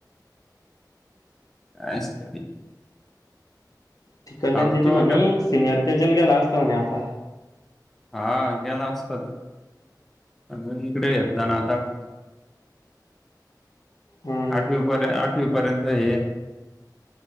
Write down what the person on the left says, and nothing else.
ती कल्याण
दिदी
म्हणे
सिनियर के जल गेला असत म्हणे आता
हम्म.